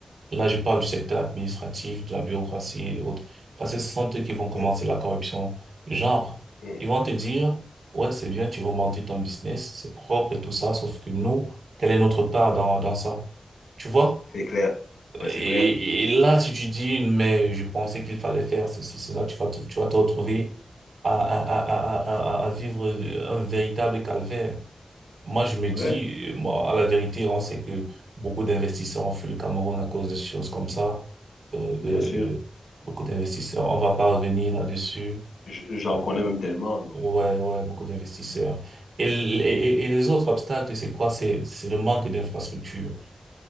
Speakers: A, on the right (about 65°); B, on the left (about 85°).
A: Là, je parle du secteur administratif, de la bureaucratie et autres. Parce que ce sont eux qui vont commencer
B: Ouais.
A: la corruption. Genre,
B: Mhm.
A: ils vont te dire, ouais, c'est bien, tu veux monter ton business, c'est propre et tout ça, sauf que nous, quelle est notre part dans, dans ça? Tu vois?
B: C'est clair. Ouais,
A: Et,
B: c'est clair.
A: et là, si tu dis, mais je pensais qu'il fallait faire ceci, cela, tu vas te, tu vas te retrouver à, à, à, à, à, à à vivre un véritable calvaire. Moi, je me dis,
B: Ouais,
A: euh, moi, à la vérité, on sait que beaucoup d'investisseurs ont fui le Cameroun à cause de choses comme ça. Euh,
B: bien
A: euh,
B: sûr.
A: euh, beaucoup d'investisseurs, on va pas revenir là-dessus.
B: J- J'en
A: Euh,
B: connais même tellement.
A: ouais, ouais, beaucoup d'investisseurs. Et, l- et, et les autres obstacles, c'est quoi? C'est, c'est le manque d'infrastructures.